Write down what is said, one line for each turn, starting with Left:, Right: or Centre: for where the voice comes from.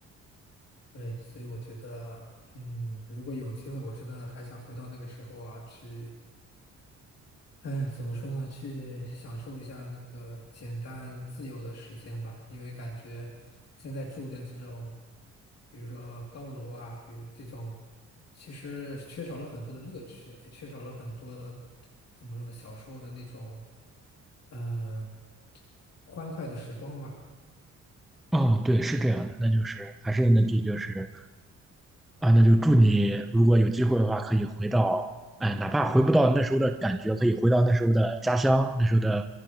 Left: 对，所以我觉得，嗯，如果有机会，我真的还想回到那个时候啊，去，嗯，怎么说呢，去享受一下那个简单自由的时间吧。因为感觉现在住的这种，比如说高楼啊，比如这种，其实缺少了很多的乐趣，也缺少了很多，怎么说呢，小时候的那种，呃，欢快的时光吧。
Centre: 嗯，对，是这样的，那就是还是那句就是啊，那就祝你如果有机会的话，可以回到，哎，哪怕回不到那时候的感觉，可以回到那时候的家乡，那时候的